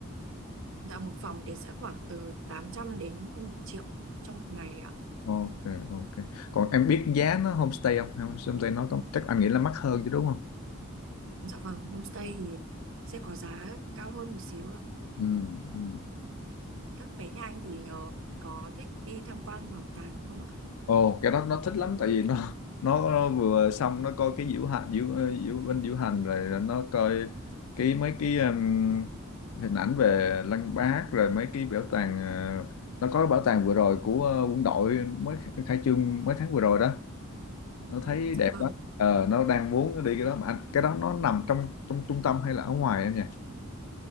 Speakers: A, on the right; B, on the left.
A: Dạ một phòng thì sẽ khoảng từ 800 đến hơn một triệu trong một ngày ạ.
B: Ok ok. Còn em biết giá nó homestay không? Hay Homestay nó có chắc anh nghĩ là mắc hơn chứ đúng không?
A: Dạ vâng, homestay thì sẽ có giá cao hơn một xíu ạ.
B: Ừ ừ.
A: Các bé nhà anh thì ờ, có thích đi tham quan bảo tàng không ạ?
B: Ồ cái đó nó thích lắm tại vì nó nó vừa xong nó coi cái diễu hành diễu ờ, diễu bên diễu hành rồi nó coi cái mấy cái um, hình ảnh về Lăng Bác rồi mấy cái bảo tàng ờ, nó có bảo tàng vừa rồi của ờ, quân đội mới khai trương mấy tháng vừa rồi đó nó thấy
A: Dạ
B: đẹp
A: vâng.
B: quá ờ, nó đang muốn đi cái đó mà anh, cái đó nó nằm trong trong trung tâm hay là ở ngoài em nhỉ